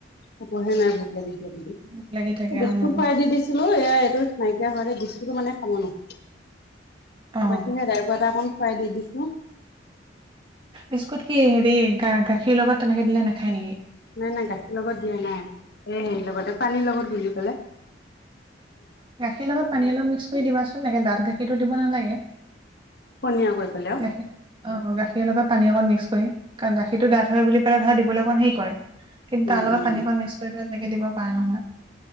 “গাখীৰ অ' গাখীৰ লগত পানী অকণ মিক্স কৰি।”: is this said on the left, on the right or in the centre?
Right